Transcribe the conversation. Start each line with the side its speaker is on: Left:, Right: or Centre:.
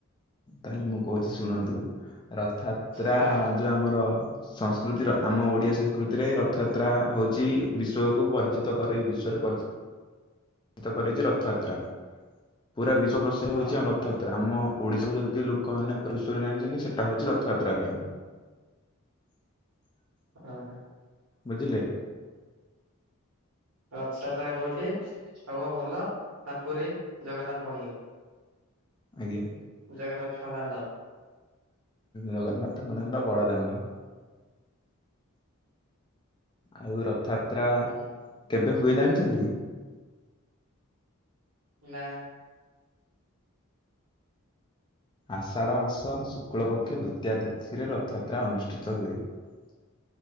Left: ତାହେଲେ ମୁଁ କହୁଛି ଶୁଣନ୍ତୁ ରଥ ଯାତ୍ରା
Right: ହଁ
Left: ଯୋଉ ଆମର ସଂସ୍କୃତିର ଆମ ଓଡିଆ ସଂସ୍କୃତିରେ ରଥଯାତ୍ରା ହଉଛି ବିଶ୍ଵ କୁ ପରିଚିତ କରି ବିଶ୍ୱରେ ପରିଚିତ ଏଥ କରିଛି ରଥଯାତ୍ରା। ପୁରା ବିଶ୍ଵ ପ୍ରସିଦ୍ଧ
Right: ହଁ
Left: ହଉଛି ଆମ ରଥଯାତ୍ରା। ଆମ ଓଡିଶାକୁୁ ଯଦି ଲୋକମାନୋନ ପରିସରରେ ଜାଣିଛନ୍ତି ସେଟା ହଉଛି ରଥଯାତ୍ରା ପାଇଁ। <inaudible> <unintelligible>
Right: ହଁ, ହଁ
Left: ବୁଝିଲେ
Right: ରଥଯାତ୍ରା କୋଉଠି ହବ ଭଲ ନା ପୁରୀ ଜଗନ୍ନାଥ ମନ୍ଦିର
Left: ଆଜ୍ଞା।
Right: ଜଗରନାଥ ଙ୍କ ଦାଣ୍ଡ
Left: ଜଗନ୍ନାଥଙ୍କ ଦାଣ୍ଡ ବଡ ଦାଣ୍ଡ ଆଉ ରଥ ଯାତ୍ରା
Right: ହୁଁ ହୁଁ
Left: କେବେ ହୁଏ ଜାଣିଛନ୍ତି?
Right: ନା।
Left: ଆଷାଢ ମାସ ଶୁକ୍ଳ ପକ୍ଷ ଦ୍ଵିତୀୟ ତିଥିରେ ରଥଯାତ୍ରା ଅନୁଷ୍ଠିତ ହୁଏ। <inaudible> <unintelligible>